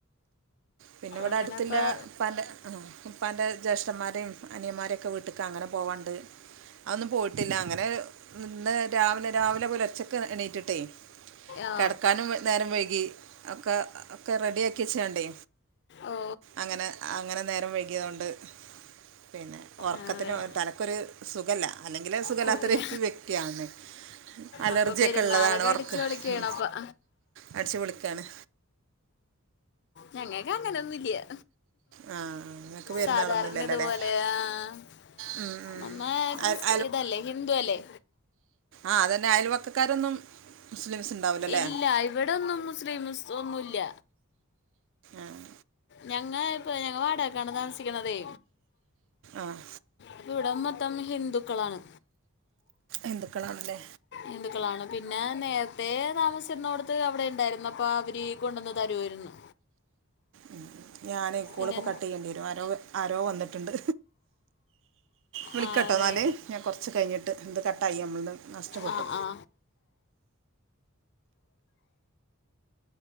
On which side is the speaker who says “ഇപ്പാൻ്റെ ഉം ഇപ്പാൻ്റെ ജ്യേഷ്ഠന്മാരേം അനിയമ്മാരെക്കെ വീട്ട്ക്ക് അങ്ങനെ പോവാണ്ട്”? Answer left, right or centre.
Right